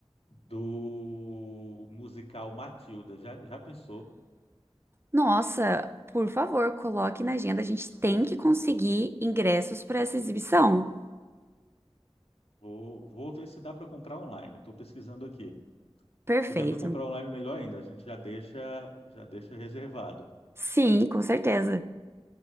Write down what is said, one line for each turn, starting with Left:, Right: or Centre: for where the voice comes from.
Left: do musical Matilda. Já, já pensou?
Right: Nossa, por favor, coloque na agenda. A gente tem que conseguir ingressos para essa exibição.
Left: Vou, vou ver se dá para comprar online. Estou pesquisando aqui.
Right: Perfeito.
Left: Se der para comprar online, melhor ainda. A gente já deixa, já deixa reservado.
Right: Sim, com certeza.